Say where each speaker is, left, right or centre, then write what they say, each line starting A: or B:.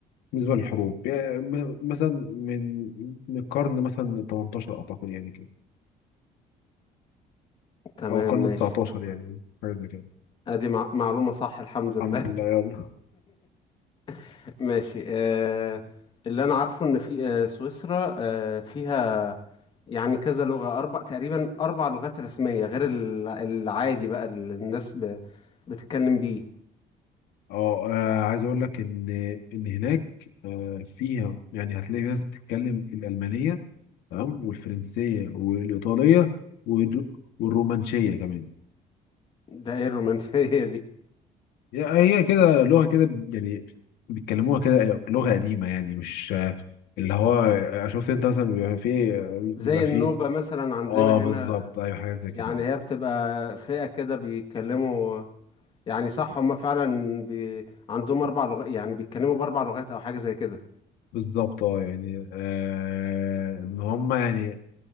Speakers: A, on the left (about 90°); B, on the left (about 30°).
A: بالنسبه للحروب يعني م- مثلا من من القرن مثلا 18 اعتقد يعني كده
B: تمام
A: او القرن
B: ماشي
A: 19 يعني حاجه زي كده
B: ادي مع... معلومة صح الحمد لله
A: الحمد لله يلا
B: <laughs> ماشي آه اللي انا عارفه ان في آه سويسرا آه فيها يعني كذا لغة أربع تقريبا أربع لغات رسمية غير ال- العادي بقى اللي الناس ب... بتتكلم بيه
A: اه آه، عايز اقول لك ان ان هناك آه، فيها يعني هتلاقي في ناس بتتكلم الالمانيه تمام والفرنسيه والايطاليه والر- والرومانشيه كمان
B: ده ايه الرومانسية دي
A: يا- هي كده لغة كده يعني بيتكلموها كده لغة قديمة يعني مش آه، اللي هو آه، شفت انت مثلا بيبقى فيه
B: زي
A: بيبقى فيه
B: النوبة مثلا عندنا
A: اه بالظبط
B: هنا
A: ايوه حاجات زي كده
B: يعني هي بتبقى فئة كده بيتكلموا يعني صح هما فعلا بي... عندهم أربع لغات يعني بيتكلموا بأربع لغات أو حاجة زي كده
A: بالظبط اه يعني آه ان هم يعني